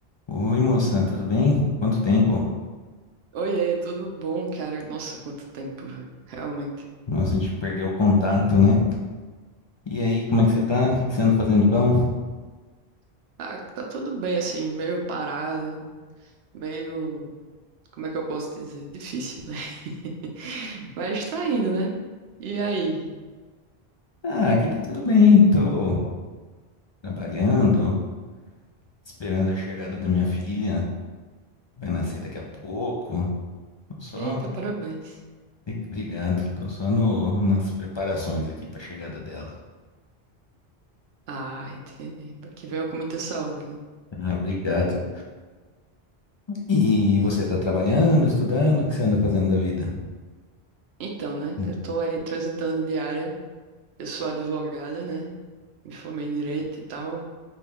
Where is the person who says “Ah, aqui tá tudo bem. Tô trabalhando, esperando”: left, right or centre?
Left